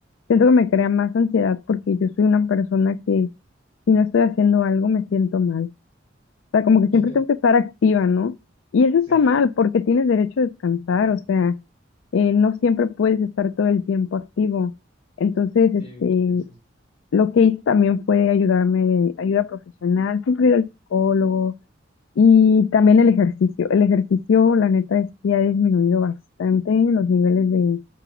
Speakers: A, on the left (about 80°); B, on the left (about 30°).
A: siento que me crea más ansiedad porque yo soy una persona que si no estoy haciendo algo me siento mal. O sea, como que siempre
B: <laughs>
A: tengo que estar activa, ¿no? Y eso
B: Sí,
A: está mal porque tienes derecho a descansar, o sea, eh, no siempre puedes estar todo el tiempo activo. Entonces, este,
B: sí, sí, sí. Sí,
A: lo que hice también fue ayudarme, de ayuda profesional, siempre ir al psicólogo y también el ejercicio. El ejercicio, la neta, es que ha disminuido bastante los niveles de,